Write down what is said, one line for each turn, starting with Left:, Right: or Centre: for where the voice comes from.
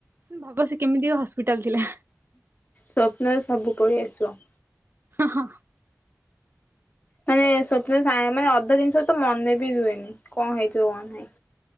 Right: ବାପ ସେ କେମିତି ହସ୍ପିଟାଲ ଥିଲା।
Left: ସ୍ୱପ୍ନରେ ସବୁ ପଳେଇ ଆସିବ।
Right: ହଁ।
Left: ମାନେ ସ୍ୱପ୍ନରେ ସାଙ୍ଗ ମାନେ ଅଧା ଜିନିଷ ତ ମନେ ବି ରୁହେନି କଣ ହେଇଥିବ କଣ ନାହିଁ।